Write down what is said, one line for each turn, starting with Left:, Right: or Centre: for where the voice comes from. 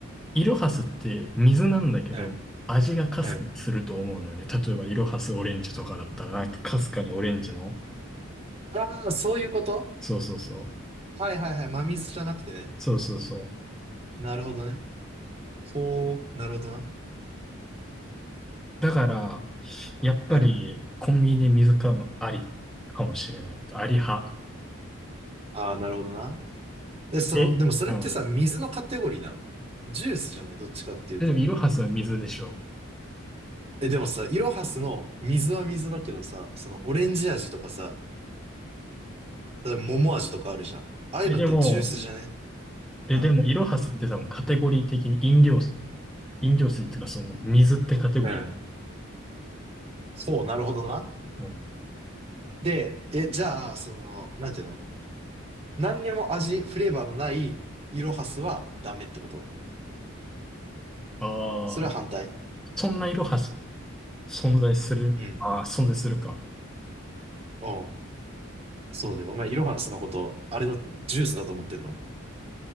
Centre: イロハスって水なんだけど、
Right: うん、
Centre: 味がかすかにすると思うのよね。
Right: うん。
Centre: 例えば、イロハスオレンジとかだったら、なんかかすかにオレンジの、
Right: ああ、そういうこと
Centre: そうそうそう、
Right: はいはいはい。真水じゃなくてね。
Centre: そうそうそ
Right: なるほどね。ほう、なるほどな。
Centre: う。だから、やっぱり、
Right: うん。
Centre: コンビニで水買うのありかもしれない。あり派。
Right: ああ、なるほどな。で、その、
Centre: えうん。
Right: でもそれってさ、水のカテゴリーなのジュースじゃないどっちかっていうと。
Centre: ででも、イロハスは水でしょ。
Right: え、でもさ、イロハスの水は水だけどさ、そのオレンジ味とかさ、例えば桃味とかあるじゃん。ああいうのってジュースじゃね
Centre: え、でも、え、
Right: うん。
Centre: でも、イロハスって多分カテゴリー的に飲料飲料水っていうか、その、水ってカテゴリー。
Right: うん。そう、なるほどな。
Centre: うん、
Right: で、え、じゃあ、その、なんていうの何にも味、フレーバーのないイロハスはダメってこと
Centre: ああ、
Right: それは反対
Centre: そんな色はし存在する。
Right: うん。
Centre: ああ、存在するか。
Right: おうそうだよ。お前、イロハスのこと、あれだ、ジュースだと思ってんの